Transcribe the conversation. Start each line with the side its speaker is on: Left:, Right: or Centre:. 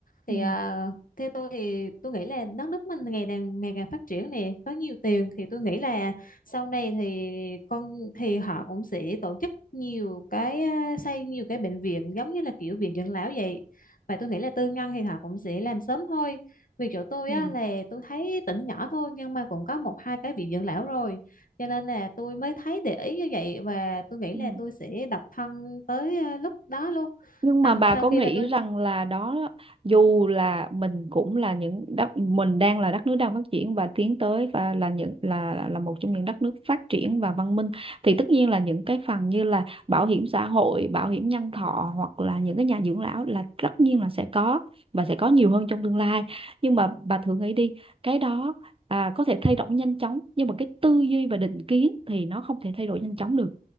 Left: thì
Right: Ừ,
Left: à, theo tôi thì tôi nghĩ là đất nước mình ngày càng ngày càng phát triển nè có nhiều tiền thì tôi nghĩ là sau này thì con thì họ cũng sẽ tổ chức nhiều cái à, xây nhiều cái bệnh viện giống như là kiểu viện dưỡng lão vậy và tôi nghĩ là tư nhân thì họ cũng sẽ làm sớm thôi vì chỗ tôi
Right: ừ,
Left: á là tôi thấy tỉnh nhỏ thôi nhưng mà cũng có một hai cái viện dưỡng lão rồi cho nên là tôi mới thấy để ý như vậy và tôi nghĩ
Right: ừ.
Left: là tôi sẽ độc thân tới ờ, lúc đó luôn
Right: Nhưng
Left: tầm
Right: mà bà
Left: sau
Right: có
Left: khi
Right: nghĩ
Left: mà tôi
Right: rằng là đó dù là mình cũng là những đất mình đang là đất nước đang phát triển và tiến tới và là những là là một trong những đất nước phát triển và văn minh thì tất nhiên là những cái phần như là bảo hiểm xã hội, bảo hiểm nhân thọ hoặc là những cái nhà dưỡng lão là tất nhiên là sẽ có và sẽ có nhiều hơn trong tương lai. Nhưng mà bà thử nghĩ đi, cái đó à, có thể thay đổi nhanh chóng nhưng mà cái tư duy và định kiến thì nó không thể thay đổi nhanh chóng được